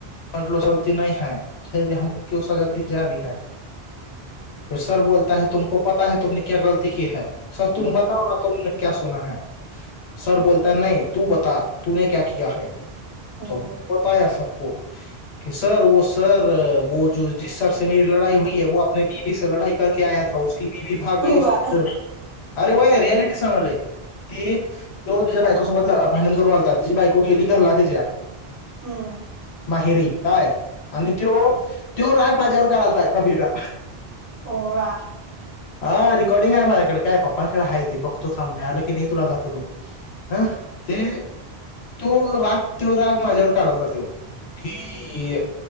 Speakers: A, on the left; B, on the right.
A: म्हटलो सर ती नाही हाय, फिर भी हमको क्यू सजा ति जा बी हाय. फिर सर बोलता है, तुमको पता है तुमने क्या गलती कि है. सर
B: हम्म
A: तुम बताओ ना तुमने क्या सुना है, सर बोलता है, नही तू बता तूने क्या किया है.
B: हम्म
A: तो, बताया सब. को की सर वो सर वो जो जिस सरसे मेरी लडाई हुई है, वो आपने बीबी से लढाई करके आया उसकी बीबी भाग
B: हुआ
A: गयी उसको, अरे व्हय. रियालिटी समोल ये. ते दोन तिच्या बायको तो बदलं भांडण करून आलता, त्याची बायको गेली घरला तेच्या.
B: हम
A: माहेरी काय. आणि त्यो त्यो राग माझ्यावर काढायलथाय, कबीरा.
B: हुआ
A: हा रेकॉर्डिंग आहे माझ्याकडे काय, पप्पांकडे हाय ते, बघतो थांब, मिळालं की नाही तुला दाखवतो हं, ते त्यो राग तो राग माझ्यावर काढाय त्यो थे, की